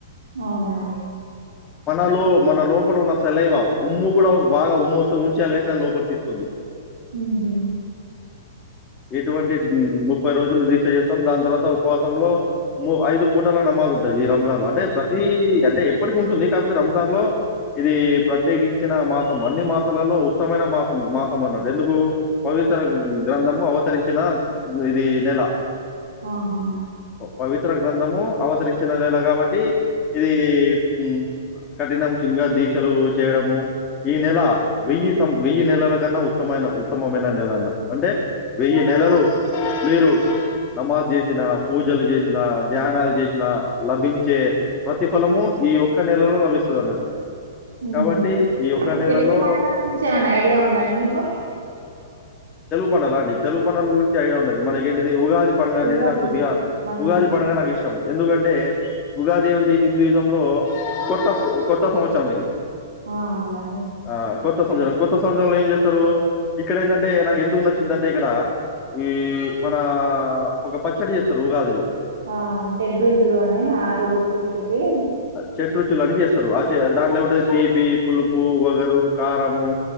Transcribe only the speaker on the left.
మనలో మన లో లోపలట ఉన్న సలైవా ఉమ్ము కూడా బాగా ఉమ్ము వస్తే ఉంచయాలిని దాని లోపల తీసుకోవద్దు
ఇటువంటి ము ముప్పై రోజులు దీక్ష చేస్తాం దాని తర్వాత ఉపవాసంలో ము ఐదు పూటాల నమాజ్ ఉంటుది ఈ రంజాన్ లో అంటే ప్రతి అంటే ఎప్పటికి ఉంటుంది కాకపోతే రంజాన్ లో ఇది ప్రత్యేకించిన మాసం అన్ని మాసాలలో ఉత్తమైన మాసం మాసం అన్నట్టు ఎందుకు పవిత్ర గ్రంథము అత్ విస్తరించిన ఇది నెల
పవిత్ర గ్రంథము అవతరించిన నెల కాబట్టి ఇది హూ కఠినంశంగా దీక్షలు చేయడము ఈ నెల వెయ్యి స వెయ్యి నెలల కన్నా ఉత్తమైన ఉత్తమమైన నెల అన్నట్టు అంటే వెయ్యి నెలలు మీరు నమాజ్ చేసిన పూజలు చేసిన ధ్యానాలు చేసిన లభించే ప్రతిఫలము ఈ యొక్క నెలలో లభిస్తుంది అన్నట్టు
కాబట్టి
ఈ ఒక్క నెలలో
పండల అడి తెలుగు పండల గురించి ఐడియా ఉన్నది మన కేంటిది ఉగాది పండగా అనేది
నాకు కొద్దిగా
ఉగాది పండగా నాకు ఇష్టం ఇష్టం ఎందుకంటే ఉగాది ఉంది హిందూఇజం లో కొత్త కొత్త సంవత్సరం ఇది
ఆ! కొత్త సంవత్దరంలో కొత్త సంవత్సరంలో ఏం చేస్తారు ఇక్కడ ఏంటంటే నాకు ఎందుకు నచ్చిందంటే ఇక్కడ ఈ మన ఒక పచ్చడి చేస్తారు ఉగాదిలో
షట్ రుచుల్ అని చేస్తారు అ దాట్లో పిపి పులుపు వగరు కారము